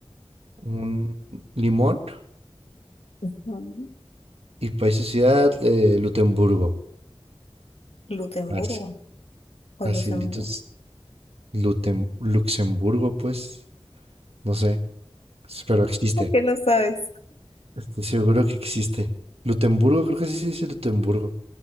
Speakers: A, on the right; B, on the left.
A: un limón
B: ujú.
A: y país y ciudad eh, Lutemburgo.
B: Lutemburgo
A: Así,
B: o
A: así,
B: Luxemburgo.
A: litus- Lutem- Luxemburgo, pues, no sé, s- pero existe.
B: ¿Por qué no sabes?
A: Estoy seguro que existe. Lutemburgo, creo que sí se dice Lutemburgo